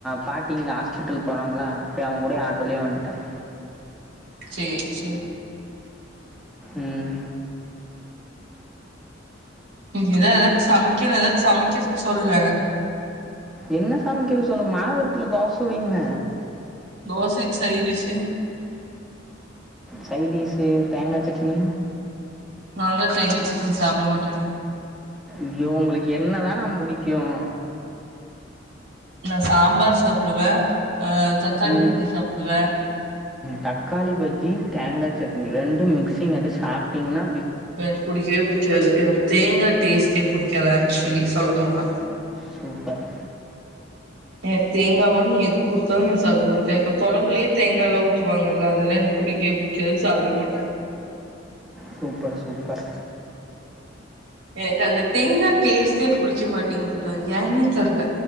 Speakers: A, in the centre; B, on the right.
A: பாட்டி இங்க ஹாஸ்பிட்டல் போறாங்களா அப்டியே அவுங்க கூடயே ஆட்டோலயே வந்ட்டேன்
B: சேர் சேர்
A: உம்
B: இனிதா எதாது சமக் க்குன்னு ஏதாது சமைக்கிறதுக்கு சொல்லு
A: என்ன சமைக்கிறது சொல்ல மாவிருக்குல தோச வைங்க
B: தோசைக்கு சைடுடிஸு
A: சைடிஸு தேங்கா சட்னி
B: நான்லா தேங்கா சட்னி சாப்ட மாட்டேனே
A: ஐயோ உங்களுக்கு என்னதான் நா புடிக்கும்
B: நா சாம்பார் சாப்டுவேன் ஆஹ் தக்காளி
A: ம்
B: பஜ்ஜி சாப்டுவேன்
A: தக்காளி பஜ்ஜி தேங்கா சட்னி ரெண்டு மிக்சிங் அடுச்சி சாப்ட்டிங்னா
B: எனக்கு புடிக்கவே புடிக்காது எனக்கு தேங்கா டேஸ்ட்டே புடிக்காது ஆக்சுவலி சொல்லப்போனா
A: சூப்பர்
B: எனக் தேங்காவோட எது குடுத்தாலும் நா சாப்ட மாட்டேன் இப்ப தொழம்புலயே தேங்காய்ல்லாம் ஊத்துவாங்கல்ல அதெல்லாம் எனக்கு புடிக்கவே புடிக்காது சாப்டவே மாட்டேன்
A: சூப்பர் சூப்பர்
B: எனக்கு அந்த தேங்கா டேஸ்ட்டே புடிக்க மாட்டேங்குதுடா ஏன்னே தெர்ல